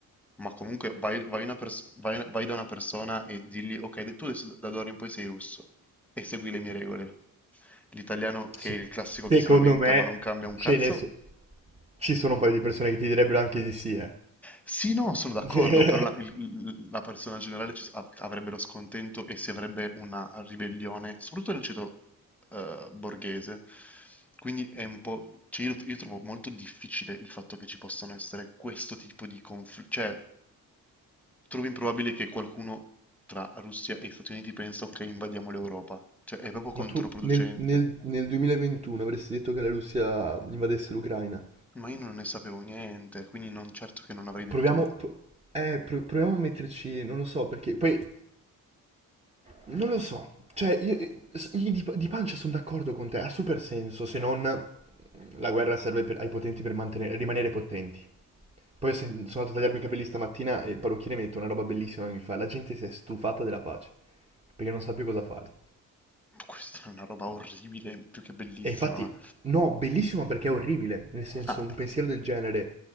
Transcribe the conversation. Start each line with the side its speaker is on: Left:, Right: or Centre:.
Centre: ma comunque vai, vai una pers- vai- vai da una persona e digli, ok, tu adesso da da d'ora in poi sei russo e segui le mie regole. L'italiano che
Right: Se-
Centre: è il classico che
Right: Secondo
Centre: si lamenta
Right: me
Centre: ma non cambia un
Right: ce
Centre: cazzo,
Right: ne so- ci sono un paio di persone che ti direbbero anche di sì,
Centre: sì, no, sono d'accordo,
Right: eh.
Centre: però la,
Right: <laughs>
Centre: il- la persona generale ci, av- avrebbero scontento e si avrebbe una ribellione, soprattutto nel ceto eh, borghese. Quindi è un po'... cioè, io, io trovo molto difficile il fatto che ci possano essere questo tipo di conflitti. Cioè, trovo improbabile che qualcuno tra Russia e Stati Uniti pensa, ok, invadiamo l'Europa. Cioè, è proprio controproducente.
Right: Ma tu nel, nel- nel 2021 avresti detto che la Russia invadesse l'Ucraina?
Centre: Ma io non ne sapevo niente, quindi non certo che non avrei detto
Right: Proviamo, pro- eh, pro- proviamo a metterci, non lo so perché, poi non lo so, cioè io, io di, di pancia sono d'accordo con te, ha super senso se non la guerra serve per- ai potenti per mantenere- rimanere potenti. Poi se- sono andato a tagliarmi i capelli stamattina e il parrucchiere mi ha detto una roba bellissima che mi fa, la gente si è stufata della pace perché non sa più cosa fare.
Centre: Questa è una roba orribile, più che bellissima,
Right: E infatti,
Centre: ma...
Right: no, bellissimo perché è orribile, nel senso,
Centre: Ah.
Right: un pensiero del genere,